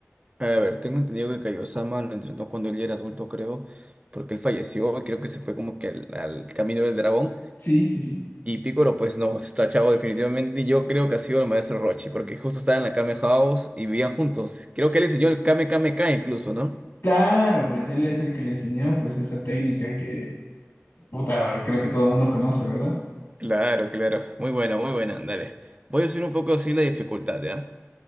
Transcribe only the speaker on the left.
Sí, sí, sí.
Claro, pues él es el que le enseñó pues esa técnica que, puta, creo que todo el mundo conoce, ¿verdad?